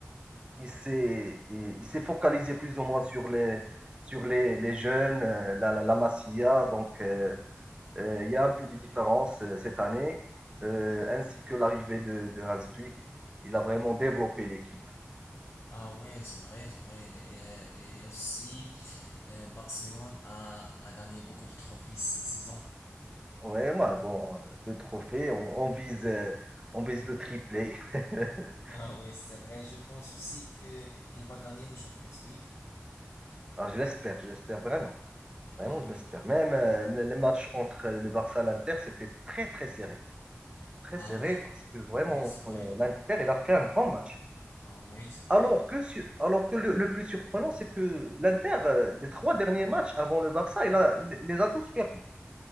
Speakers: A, on the right (about 20°); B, on the left (about 75°).
A: il s'est il, il s'est focalisé plus ou moins sur les, sur les, les jeunes, euh, la, la, la Masia, donc euh, Euh, il y a un peu de différence euh, cette année, euh, ainsi que l'arrivée de, de Hans Flick. Il a vraiment développé l'équipe.
B: Ah ouais, c'est vrai, c'est vrai. Et, et aussi, euh, Barcelone a, a gagné beaucoup de trophées cette saison. <laughs>
A: Ouais, moi, bon, euh, deux trophées, on, on vise, euh, on vise le triplé. <laughs>
B: Ah oui, c'est vrai, je pense aussi que qu'il va gagner le Champions League.
A: Ah, je l'espère, je l'espère vraiment.
B: Ah
A: Vraiment, je
B: oui.
A: l'espère. Même euh, le- les matchs entre le Barça et l'Inter, c'était très, très serré. Très
B: Ah
A: serré
B: ouais.
A: parce que vraiment,
B: Oui, c'est vrai.
A: euh, l'Inter, il a fait un grand match.
B: Ah oui, c'est vrai.
A: Alors que, su- alors que le, le plus surprenant, c'est que l'Inter, euh, les trois derniers matchs avant le Barça, il a, il les a tous perdus.